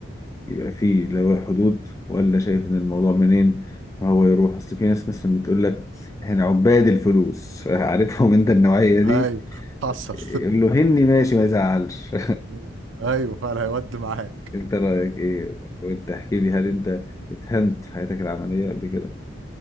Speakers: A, on the left; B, on the right.
A: يبقى في لو حدود ولا شايف ان الموضوع منين ما هو يروح اصل في ناس مثلا بتقول لك احنا عباد الفلوس <laughs> عارفهم انت النوعية دي
B: ايوه حصل
A: يقول له هني ماشي ما يزعلش
B: مم. ايوه فعلا هيودي معاك
A: <laughs> انت رأيك ايه وانت احكي لي هل انت اتهنت في حياتك العملية قبل كده